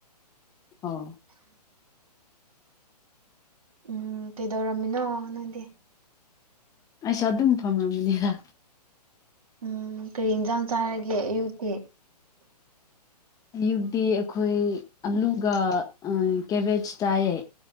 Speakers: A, on the left (about 15°); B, on the right (about 55°).
A: ꯑꯣ
B: ꯎꯝ ꯀꯩꯗꯧꯔꯝꯃꯤꯅꯣ ꯅꯪꯗꯤ
A: ꯑꯩꯁꯨ ꯑꯗꯨꯝ ꯐꯝꯃꯤꯅꯤꯗ
B: ꯎꯝ ꯀꯔꯤ ꯏꯟꯁꯥꯡ ꯆꯥꯔꯒꯦ ꯑꯌꯨꯛꯇꯤ
A: ꯑꯌꯨꯛꯇꯤ ꯑꯩꯈꯣꯏ ꯑꯂꯨꯒ ꯀꯦꯕꯦꯖ ꯆꯥꯏꯌꯦ